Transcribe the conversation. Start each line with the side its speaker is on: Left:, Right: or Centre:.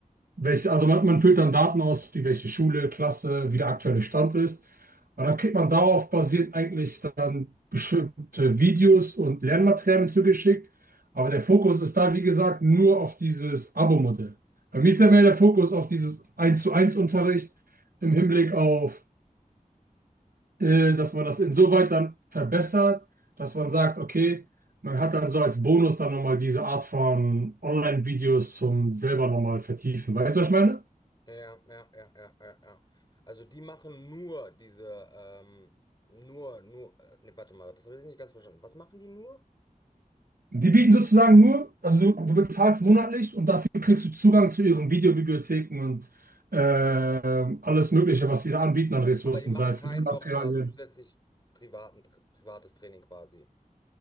Right: welche, also man, man füllt dann Daten aus, wie welche Schule, Klasse, wie der aktuelle Stand ist. Und dann kriegt man darauf basierend eigentlich dann bestimmte Videos und Lernmaterialien zugeschickt. Aber der Fokus ist da, wie gesagt, nur auf dieses Abo-Modell. Bei mir ist ja mehr der Fokus auf dieses eins zu eins Unterricht im Hinblick auf äh, dass man das insoweit dann verbessert, dass man sagt, okay, man hat dann so als Bonus dann nochmal diese Art von Online-Videos zum selber nochmal vertiefen. Weißt du, was ich meine?
Left: Ja, ja, ja, ja, ja, ja. Also die machen nur diese, ähm, nur, nur, äh, nee, warte mal, das habe ich nicht ganz verstanden. Was machen die nur?
Right: Die bieten sozusagen nur, also du, du bezahlst monatlich und dafür kriegst du Zugang zu ihren Videobibliotheken und äh, alles Mögliche, was sie da anbieten an Ressourcen,
Left: Aber die machen
Right: sei es
Left: kein
Right: Materialien.
Left: nochmal zusätzlich privaten, privates Training quasi.